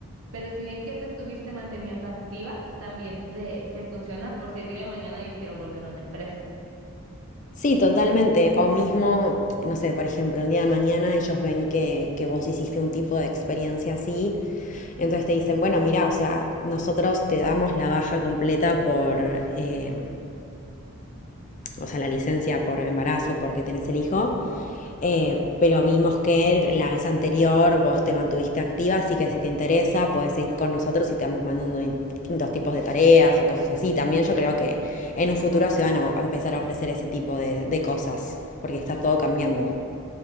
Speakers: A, on the right; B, on the left.
A: Pero si bien que te estuviste manteniendo activa, también te, te funciona por si el día de mañana yo quiero volver a una empresa.
B: Sí, totalmente. O mismo, no sé, por ejemplo, el día de mañana ellos ven que, que vos hiciste un tipo de experiencia así, entonces te dicen, bueno, mira, o sea, nosotros te damos la baja completa por, em, o sea, la licencia por embarazo porque tenés el hijo. Eh, pero vimos que la vez anterior vos te mantuviste activa, así que si te interesa, podés seguir con nosotros y te vamos mandando distintos tipos de tareas o cosas así. También yo creo que en un futuro se van a empezar a ofrecer ese tipo de, de cosas, porque está todo cambiando.